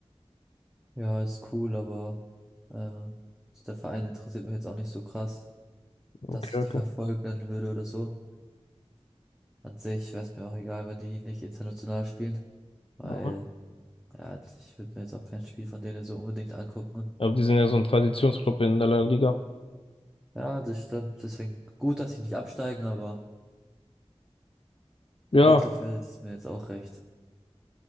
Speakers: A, in the centre; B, on the left.
A: Ja, ist cool, aber äh, so der Verein interessiert mich jetzt auch nicht so krass,
B: Okay,
A: dass ich die
B: okay.
A: verfolgen würde oder so. An sich wäre es mir auch egal, wenn die nicht international spielen, weil
B: Mhm.
A: ja, ich würde mir jetzt auch kein Spiel von denen so unbedingt angucken.
B: Aber die sind ja so ein Traditionsclub in der La Liga.
A: Ja, das stimmt. Deswegen gut, dass sie nicht absteigen, aber
B: Ja,
A: Mittelfeld ist mir jetzt auch recht.